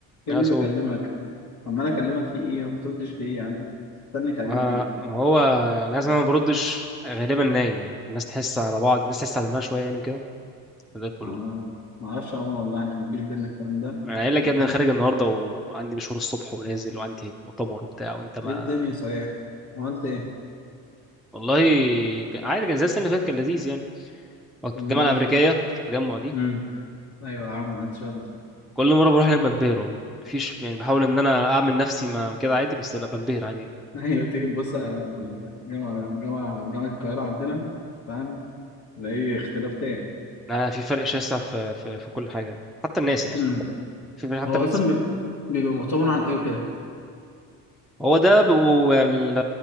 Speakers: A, on the left; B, in the centre.
A: يا
B: يا
A: ابني بكلمك
B: سو
A: عمال اكلمك في ايه ما بتردش ليه يا عم استنك
B: وه-
A: علينا ليه
B: وهو يعني عايز انا ما بردش غالبا نايم يعني الناس تحس على بعض الناس تحس على دمها شويه يعني وكده زي الفل
A: آه.
B: والله
A: ما اعرفش يا عمر والله ان مفيش بينا الكلام ده
B: انا قايل لك يا ابني
A: تمام.
B: انا خارج النهارده وعندي مشوار الصبح ونازل وعندي مؤتمر وبتاع وانت ما
A: ايه الدنيا صحيح عملت ايه
B: والله كان- عادي كان زي السنه اللي فاتت كان لذيذ يعني وقت
A: فرنانديز
B: الجامعه الامريكيه في التجمع دي
A: امم ايوه يا عم محدش رد
B: كل مره بروح هناك بنبهر والله مفيش يعني بحاول ان انا اعمل نفسي ما كده عادي بس لا بنبهر عادي يعني.
A: <laughs> ايوه تيجي تبص على الجامعه الجامعه جامعه القاهره عندنا فاهم تلاقي اختلاف تام
B: أنا في فرق شاسع في في, في كل حاجه حتى الناس يعني
A: امم
B: في فرق حتى
A: هو
B: الناس
A: اصلا بي- بيبقى مؤتمر عن ايه وكده
B: هو ده ب- وال...